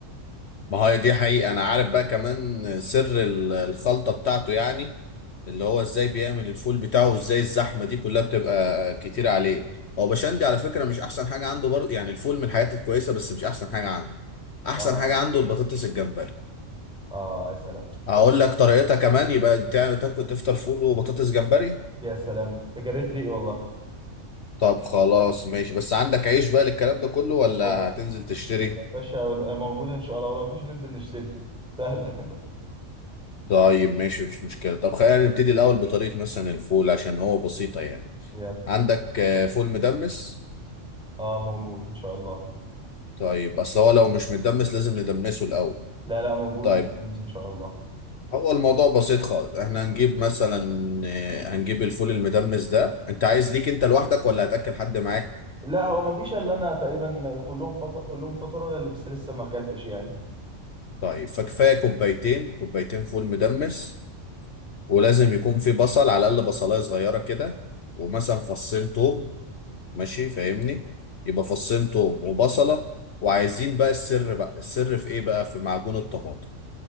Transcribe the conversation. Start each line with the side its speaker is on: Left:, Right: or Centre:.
Left: ما هي دي حقيقه انا عارف بقى كمان سر ال- الخلطه بتاعته يعني اللي هو ازاي بيعمل الفول بتاعه وازاي الزحمه دي كلها بتبقى كتير عليه هو بشندي على فكره مش احسن حاجه عنده برضه يعني الفول من الحاجات الكويسه بس مش احسن حاجه عنده احسن
Centre: اه
Left: حاجه عنده البطاطس الجمبري
Centre: اه يا سلام
Left: اقول
Centre: تصدق؟
Left: لك طريقتها كمان يبقى تع- تاكل تفطر فول وبطاطس جمبري
Centre: يا سلام تجريت ريقي والله
Left: طب خلاص ماشي بس عندك عيش بقى للكلام ده كله ولا
Centre: موجود
Left: هتنزل تشتري
Centre: يا باشا موجود ان شاء الله ولو مفيش ننزل نشتري سهله
Left: طيب ماشي مفيش مشكله طب خلينا نبتدي الاول بطريقه مثلا الفول عشان هو بسيطه يعني
Centre: <laughs> يلا
Left: عندك آه، فول مدمس
Centre: اه موجود ان شاء الله
Left: طيب اصل هو لو مش مدمس لازم ندمسه الاول
Centre: لا لا موجود
Left: طيب
Centre: متحمس ان شاء الله
Left: هو الموضوع بسيط خالص احنا هنجيب مثلا آه، هنجيب الفول المدمس ده انت عايز ليك انت لوحدك ولا هتاكل حد معاك
Centre: لا هو ما فيش الا انا تقريبا كلهم فطر كلهم فطروا انا اللي بس لسه ما اكلتش يعني
Left: طيب فكفايه كوبايتين كوبايتين فول مدمس ولازم يكون في بصل على الاقل بصلايه صغيره كده ومثلا فصين توم ماشي فاهمني يبقى فصين توم وبصله وعايزين بقى السر بقى السر في ايه بقى في معجون الطماطم